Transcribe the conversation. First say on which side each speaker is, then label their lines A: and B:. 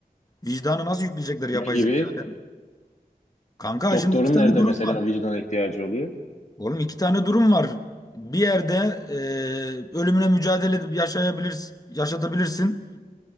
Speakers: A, on the left; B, on the left.
A: Vicdanı nasıl yükleyecekler yapay
B: Ne gibi?
A: zekaya? Kanka
B: Doktorun
A: şimdi iki tane
B: nerede
A: durum
B: mesela
A: var.
B: vicdan ihtiyacı oluyor?
A: Oğlum iki tane durum var. Bir yerde e, ölümüne mücadele edip yaşayabilirsin, yaşatabilirsin.